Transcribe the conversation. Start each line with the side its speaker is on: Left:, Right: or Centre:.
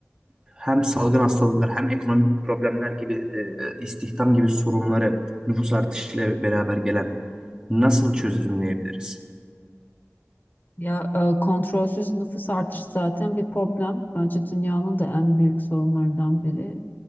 Right: hem salgın hastalıklar hem ekonomik problemler gibi eee, istihdam gibi sorunları nüfus artışıyla beraber gelen nasıl çözümleyebiliriz?
Left: Ya e, kontrolsüz nüfus artışı zaten bir problem. Bence dünyanın da en büyük sorunlarından biri